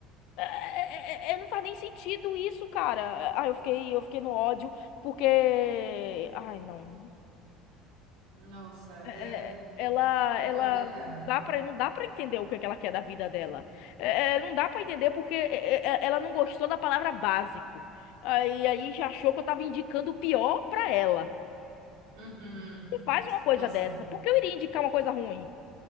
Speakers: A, on the left (about 70°); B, on the right (about 85°).
A: É, é- é- não faz nem sentido isso, cara. Ah, eu fiquei, eu fiquei no ódio porque, ai, não.
B: Nossa,
A: É-
B: é,
A: é- ela,
B: é
A: ela
B: complicado.
A: não dá para, não dá para entender o que é que ela quer da vida dela. É, é, não dá para entender porque é, é, é, ela não gostou da palavra básico. Aí, aí já achou que eu tava indicando o pior pra ela.
B: Uhum.
A: E faz uma coisa
B: Nossa.
A: dessa. Por que eu iria indicar uma coisa ruim?